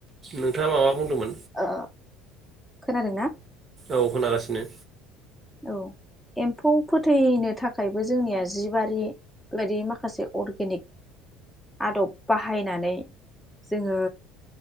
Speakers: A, on the right (about 35°); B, in the centre.
A: नोंथाङा माबा बुंदोमोन?
B: ओ खोनादोंना?
A: औ खोनागासिनो।
B: औ एम्फौ फोथैनो थाखायबो जोंनिया जिबारि बादि माखासे अर्गेनिक आद'ब बाहायनानै जोङो